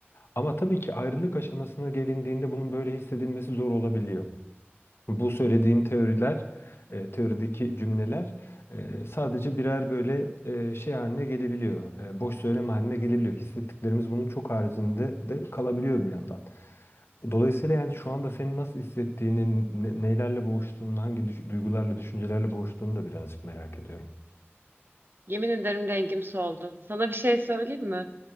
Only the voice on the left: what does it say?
Ama tabii ki ayrılık aşamasına gelindiğinde bunun böyle hissedilmesi zor olabiliyor. Bu söylediğim teoriler, e, teorideki cümleler e, sadece birer böyle e, şey haline gelebiliyor. E, boş söylem haline gelebiliyor. Hissettiklerimiz bunun çok haricinde de kalabiliyor bir yandan. Dolayısıyla yani şu anda senin nasıl hissettiğini, ne- nelerle boğuştuğunu, hangi düş- duygularla, düşüncelerle boğuştuğunu da birazcık merak ediyorum.